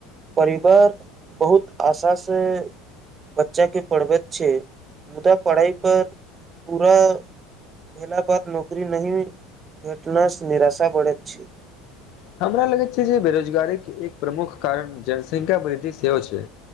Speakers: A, on the right; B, on the left.
A: परिवार बहुत आशासँ बच्चाके पढ़बैत छै मुदा पढ़ाइ पर पूरा भेला बाद नौकरी नहि भेटनास निराशा बढ़ैत छै
B: हमरा लगैत छै जे बेरोजगारी के एक प्रमुख कारण जनसंख्या वृद्धि सेहो छै